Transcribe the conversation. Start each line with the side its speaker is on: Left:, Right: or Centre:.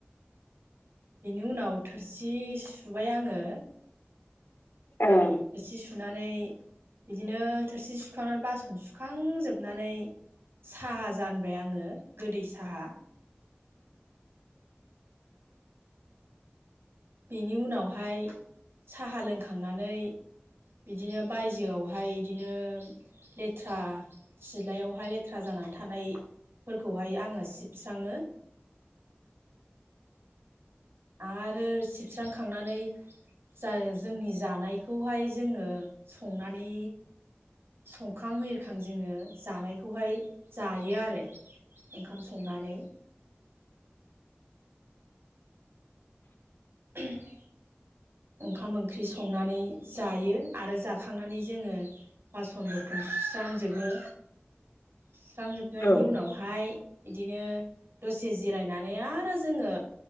Right: बेनि उनाव थोरसि सुबाय आङो
Left: <inaudible>
Right: थोरसि सुनानै बिदिनो थोरसि सुखांनानै बासन सुखांजोबनानै साहा जानबाय आङो गोदै साहा बेनि उनावहाय साहा लोंखांनानै बिदिनो बायजोआवहाय इदिनो लेथ्रा सिलायावहाय लेथ्रा जानानै थानाय फोरखौहाय आङो सिबस्राङो
Left: <inaudible>
Right: आरो सिबस्रांखांनानै जा जोंनि जानायखौहाय जोङो संनानै संखां हिरिखां जोङो जानायखौहाय जायो आरो ओंखाम संनानै
Left: <inaudible>
Right: उमह ओंखाम ओंख्रि संनानै जायो आरो जाखांनानै जोङो बासन बथन सुज्रांजोबो
Left: <inaudible>
Right: सुस्रांजोबनायनि
Left: औ
Right: उनावहाय इदिनो दसे जिरायनानै आरो जोङो